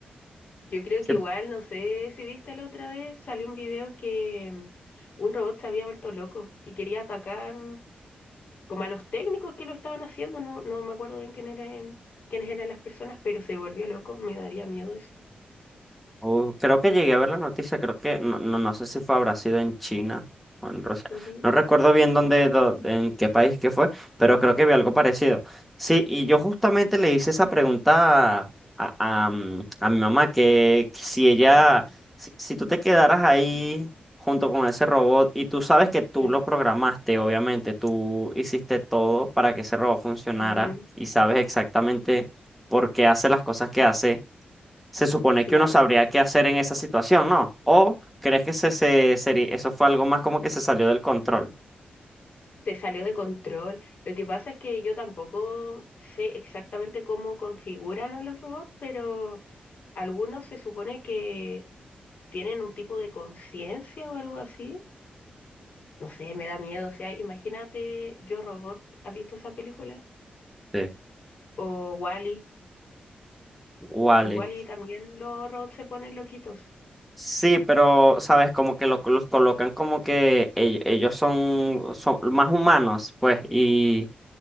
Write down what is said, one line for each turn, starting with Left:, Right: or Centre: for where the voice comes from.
Left: Yo creo
Centre: Sí,
Left: que igual, no sé si viste la otra vez, salió un video que mm, un robot se había vuelto loco y quería atacar como a los técnicos que lo estaban haciendo, no, no me acuerdo bien quién eran, quiénes eran las personas, pero se volvió loco, me daría miedo eso.
Centre: Uh, creo que llegué a ver la noticia, creo que no, no, no sé si fue habrá sido en China o en Rusia.
Left: Ujú,
Centre: No recuerdo bien dónde, dó- en qué país que fue, pero creo que vi algo parecido. Sí, y yo justamente le hice esa pregunta a, a, a, mm, a mi mamá, que si ella,
Left: ujú,
Centre: si, si tú te quedaras ahí junto con ese robot y tú sabes que tú
Left: Claro.
Centre: lo programaste, obviamente, tú hiciste todo para que ese robot funcionara
Left: ujú.
Centre: y sabes exactamente por qué hace las cosas que hace se supone
Left: Claro,
Centre: que uno sabría qué hacer en esa situación, ¿no? ¿O crees que se, se, seri- eso fue algo más como que se salió del control?
Left: se salió de control. Lo que pasa es que yo tampoco sé exactamente cómo configuran a los robots, pero algunos se supone que tienen un tipo de conciencia o algo así. No sé, me da miedo. O sea, imagínate Yo Robot, ¿has visto esa película?
Centre: Sí.
Left: O Wall-E.
Centre: Vale.
Left: En Wall-E también los robots se ponen loquitos.
Centre: Sí, pero, ¿sabes? Como que lo- los colocan como que ell- ellos son, son más humanos, pues, y